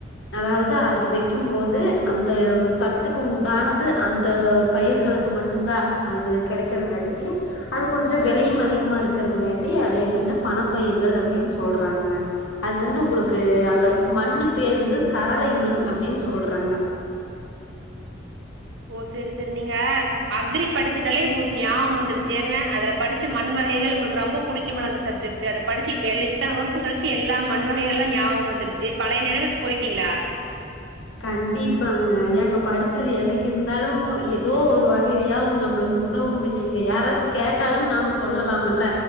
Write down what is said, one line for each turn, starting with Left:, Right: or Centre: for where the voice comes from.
Left: அதாவது அது வெக்கும்போது அந்த சத்துக்கு உண்டானது அந்த பயிர்களுக்கு மட்டுந்தா அது கிடைக்கறங்காட்டிக்கு அது கொஞ்சொ விலையூ அதிகமா இருக்கறங்காட்டி அதைய வந்து பணப்பயிர்கள் அப்டின் சொல்றாங்க அது வந்து உங்களுக்கு அந்த மண்ணு பேர் வந்து சரளை மண் அப்டின்னு சொல்றாங்க
Right: ஓ சேரி சேரி நீங்க அக்ரி படிச்சதெல்லா இப்ப உங்களுக்கு ஞாபம் வந்துருச்சு ஏங்க அதுல படிச்சு மண் வகைகள் உங்களுக்கு ரொம்ப புடிக்கும்ல அந்த சப்ஜெக்ட் அத படிச்சு இப்ப எல் இத்தன வருஷம் கழிச்சு எல்லா மண் வகைகளு ஞாபகோ வந் வந்துருச்சி பழைய நெனைவுக்கு போய்ட்டீங்ளா
Left: கண்டிப்பாங்க ஏங்க படிச்சது என்னைக்கு இருந்தாலு எதோ ஒரு வகையிலயாவது நம்மளுக் உதவும் இல்லைங்க யாராச்சு கேட்டாலும் நாம சொல்லலாம்ல்ல